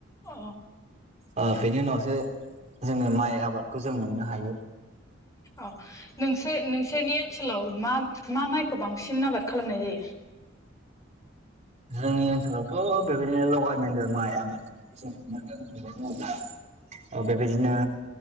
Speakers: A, on the left; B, on the right.
A: अ
B: ओ बेनि उनावसो जोङो माइ आबादखौ जों मोननो हायो।
A: अ नोंसोर नोंसोरनि ओनसोलाव मा मा माइखौ बांसिन आबाद खालामनाय जायो।
B: जोंनि ओनसोलावथ' बेबायदिनो लगाय मगेर माइ आबाद जों नुनो मोनदों बेखौ बुंब्ला बेबायदिनो